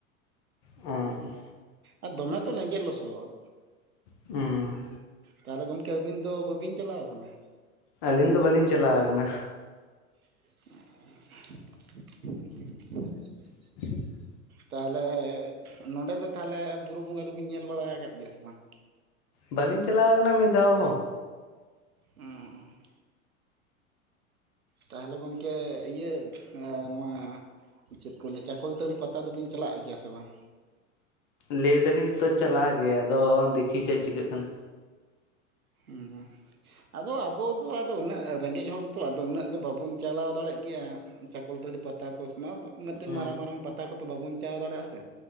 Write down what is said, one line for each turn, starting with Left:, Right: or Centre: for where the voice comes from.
Left: ᱚᱸ
Right: ᱟᱨ ᱫᱚᱢᱮ ᱛᱚ ᱞᱮᱸᱡᱮᱫ ᱞᱚᱥᱚᱫ᱾
Left: ᱦᱩᱸ
Right: ᱛᱟᱦᱞᱮ ᱜᱚᱢᱠᱮ ᱟᱹᱵᱤᱱ ᱫᱚ ᱵᱟᱹᱵᱤᱱ ᱪᱟᱞᱟᱣ ᱠᱟᱱᱟ?
Left: ᱟᱹᱞᱤᱧ ᱫᱚ ᱵᱟᱹᱞᱤᱧ ᱪᱟᱞᱟ ᱠᱟᱱᱟ᱾
Right: <inaudible>
Left: <inaudible>
Right: ᱛᱟᱦᱚᱞᱮ ᱱᱚᱸᱰᱮ ᱫᱚ ᱛᱟᱦᱚᱞᱮ ᱵᱩᱨᱩ ᱵᱚᱸᱜᱟ ᱫᱚᱵᱤᱱ ᱧᱮᱞ ᱵᱟᱲᱟ ᱟᱠᱟᱫ ᱜᱮᱭᱟ ᱥᱮ ᱵᱟᱝ?
Left: ᱵᱟᱹᱞᱤᱧ ᱪᱟᱞᱟᱣ ᱠᱟᱱᱟ ᱢᱤᱫ ᱫᱷᱟᱣ ᱦᱚᱸ᱾
Right: ᱩᱸ ᱛᱟᱦᱚᱞᱮ ᱜᱚᱢᱠᱮ ᱤᱭᱟᱹ ᱱᱚᱣᱟ ᱪᱮᱫ ᱠᱚ ᱞᱮᱭᱟ ᱪᱟᱠᱚᱞ ᱛᱟᱹᱲᱤ ᱯᱟᱛᱟ ᱫᱚᱵᱤᱱ ᱪᱟᱞᱟᱜ ᱜᱮᱭᱟ ᱥᱮ ᱵᱟᱝ?
Left: ᱞᱮᱭ ᱫᱟᱞᱤᱧ ᱛᱚ ᱪᱟᱞᱟ ᱜᱮ ᱟᱫᱚ ᱫᱮᱠᱷᱤ ᱪᱮᱜ ᱪᱤᱠᱟᱹᱜ ᱠᱟᱱᱟ᱾
Right: ᱦᱩᱸ ᱟᱫᱚ ᱟᱵᱚ ᱫᱚ ᱟᱫᱚ ᱩᱱᱟᱹᱜ ᱨᱮᱸᱜᱮᱡ ᱦᱚᱲ ᱛᱚ ᱟᱫᱚ ᱩᱱᱟᱹᱜ ᱫᱚ ᱵᱟᱵᱚᱱ ᱪᱟᱞᱟᱣ ᱫᱟᱲᱮᱜ ᱜᱮᱭᱟ᱾ ᱪᱟᱠᱚᱞ ᱛᱟᱹᱨᱤ ᱯᱟᱛᱟ ᱠᱚ ᱢᱟᱵ ᱢᱤᱫᱴᱮᱱ
Left: ᱦᱩᱸ
Right: ᱢᱟᱨᱟᱝ ᱢᱟᱨᱟᱝ ᱯᱟᱛᱟ ᱠᱚᱛᱚ ᱵᱟᱵᱚᱱ ᱪᱟᱣ ᱫᱟᱲᱮᱭᱟᱜ-ᱟ ᱥᱮ᱾